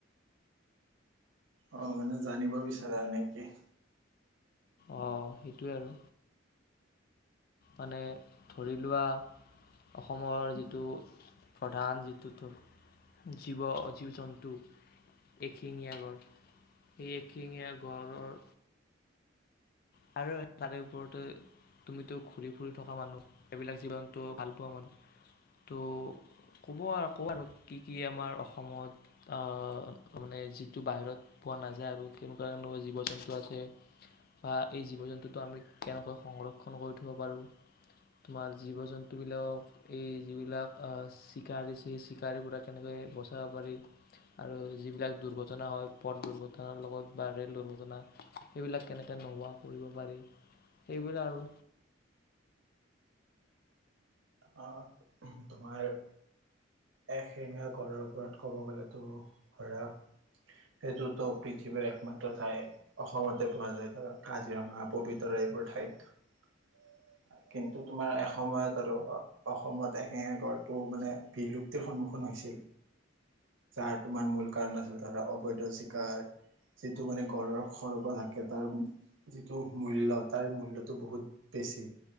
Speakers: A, on the right (about 75°); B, on the left (about 50°).
A: অ' মানে জানিব বিচা ৰা, নেকি?
B: অ' সেইটোৱে আৰু, মানে ধৰি লোৱা অসমৰ যিটো প্ৰধান যিটো তো জীৱ, জীৱজন্তু এশিঙীয়া গড় সেই এশিঙীয়া গড়ৰ তাৰে ওপৰতে তুমি তো ঘূৰি ফূৰি থকা মানুহ এই বিলাক জীৱজন্তু ভাল পোৱা মানুহ তো, ক'ব, আৰু ক আৰু কি কি আমাৰ অসমত আ, মানে যিটো বাহিৰত পোৱা নাযায় আৰু কেনেকুৱাুৱা জীৱ জন্তু আছে বা <inaudible> এই জীৱ জন্তুটো আমি কেনেকৈ সংৰক্ষণ কৰি থ'ব পাৰোঁ, তোমাৰ জীৱ জন্তুবিলাকক এই যিবিলাক অ, চিকাৰ হৈছে সেই চিকাৰী পৰা কেনেকৈ বচাব পাৰি আৰু যিবিলাক দুৰ্ঘটনা হয় পথ দুৰ্ঘটনাৰ লগত বা ৰে'ল দুৰ্ঘটনা সেইবিলাক কেনেকে নোহোৱা কৰিব পাৰি সেইবিলাক আৰু।
A: অ তোমাৰ এশেঙা গড়ৰ ওপৰত ক'ব গ'লেতো ধৰা সেইটোতো পৃথিৱীৰ একমাত্ৰ ঠাই অসমতে পোৱা যায় ধৰা কাজিৰঙা পবিতৰা এইবোৰ ঠাইত। কিন্তু তোমাৰ এসময়ত আৰু অ-অসমত এশেঙা গড়টো মানে বিলুপ প্তিৰ সন্মুখীন হৈছিল। যাৰ তোমাৰ মূল কাৰণ আছিল তাৰ অবৈধ চিকাৰ, যিটো মানে গড়ৰ খৰ্গ থাকে তাৰ যিটো মূল্য, তাৰ মূল্যটো বহুত বেছি।